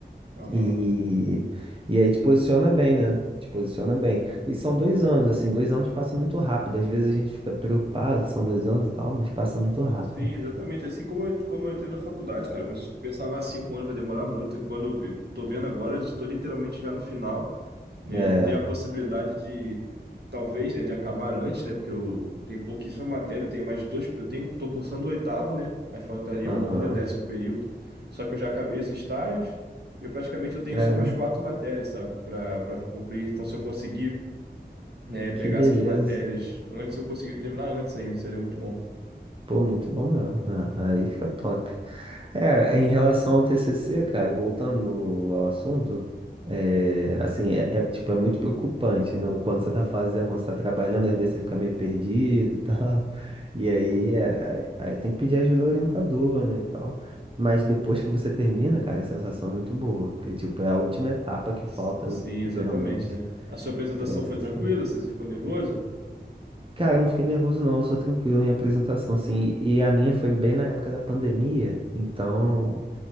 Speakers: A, on the right; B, on the right.
A: Aham.
B: E, e aí te posiciona bem, né? Te posiciona bem. E são dois anos, assim, dois anos passa muito rápido. Às vezes a gente fica preocupado que são dois anos e tal, mas passa muito rápido.
A: Sim, exatamente. Assim como eu, como eu entrei na faculdade, cara. Eu pens- pensava há cinco anos vai demorar muito. E quando eu vi, tô vendo agora, eu estou literalmente já no final. né?
B: É,
A: Ainda tem a possibilidade de, talvez, né, de acabar antes, né? Porque eu tenho pouquíssima matéria, eu tenho mais dois, eu tenho, tô cursando o oitavo, né? Aí faltaria
B: aham.
A: o nono e o décimo período. Só que eu já acabei os estágios e eu praticamente eu tenho
B: Caramba,
A: só mais quatro matérias, sabe, para para cumprir. Então, se eu conseguir, né, pegar
B: que beleza.
A: essas matérias antes, eu conseguir terminar antes ainda, seria muito bom.
B: Pô, muito bom mesmo. Ah, aí fica top. É, é, em relação ao TCC, cara, voltando no- ao assunto, é, assim, é, é, tipo, é muito preocupante, né? Quando você tá fazendo, quando você tá trabalhando, às vezes você fica meio perdido e <laughs> tal, e aí, é- aí aí tem que pedir ajuda ao orientador, né, e tal. Mas depois que você termina, cara, a sensação é muito boa, porque, tipo, é a última etapa que
A: S-
B: falta,
A: Sim, exatamente,
B: geralmente,
A: né? A sua apresentação
B: pra você
A: foi tranquila?
B: se formar.
A: Você ficou nervoso?
B: Cara, eu não fiquei nervoso não, eu sou tranquilo em apresentação, assim. E a minha foi bem na época da pandemia, então